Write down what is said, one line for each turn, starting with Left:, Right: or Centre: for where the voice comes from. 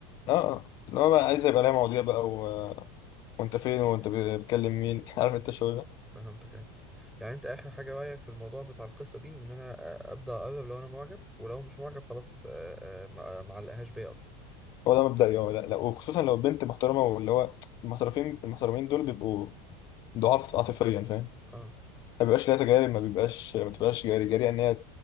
Left: آه. اللي هو بقى عايز يبقى ليا مواضيع بقى و... وأنت فين وأنت بتكلم مين <laughs> عارف أنت الشغل ده
Centre: فهمتك أيوة يعني أنت آخر حاجة رأيك في الموضوع بتاع القصة دي إن أنا آه، أبدأ أقرب لو أنا معجب ولو مش معجب خلاص آه، آه، ما ما علقهاش بيا أصلا
Left: هو ده مبدئي هو لا, لا وخصوصا لو البنت محترمه واللي هو المحترفين المحترمين دول بيبقوا ضعاف عاطفيا فاهم
Centre: اه
Left: ما بيبقاش لها تجارب ما بيبقاش ما تبقاش جاري جاري ان هي